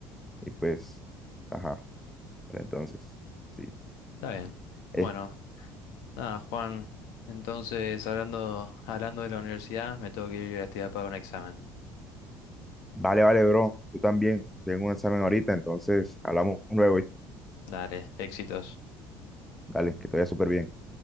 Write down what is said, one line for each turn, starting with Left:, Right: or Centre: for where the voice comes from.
Centre: y pues... Ajá, pero entonces, sí.
Left: Está bien.
Centre: Es-
Left: Bueno, nada, Juan. Entonces, hablando, hablando de la universidad, me tengo que ir a estudiar para un examen.
Centre: vale, vale, bro. Tú también. Tengo un examen ahorita, entonces hablamos luego, ¿viste?
Left: Dale, éxitos.
Centre: Dale, que te vaya súper bien.